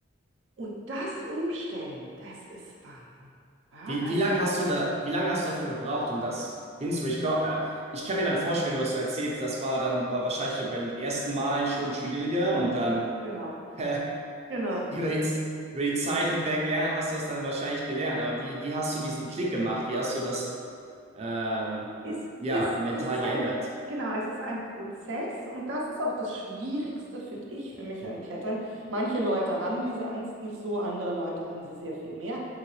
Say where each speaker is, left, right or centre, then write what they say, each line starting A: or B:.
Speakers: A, on the right; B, on the right.
A: Und das umstellen, das ist Wahnsinn. Ja,
B: Wie,
A: also,
B: wie lange hast du da, wie lange hast du dafür gebraucht, um das hinzu? Ich glaub, äh, ich kann mir dann vorstellen, wenn du das so erzählst, das war dann war wahrscheinlich bei den ersten Malen schon schwieriger
A: mhm,
B: und dann
A: genau,
B: <laughs>
A: genau.
B: über die, über die Zeit hinweg lernen, hast du das dann wahrscheinlich gelernt. Aber wie, wie hast du diesen Klick gemacht? Wie hast du das ähm,
A: Es,
B: ja,
A: ist,
B: mental
A: es ist
B: geändert?
A: ein, genau, es ist ein Prozess und das ist auch das Schwierigste, finde ich, für mich am Klettern. Manche Leute haben diese Angst nicht so, andere Leute haben sie sehr viel mehr.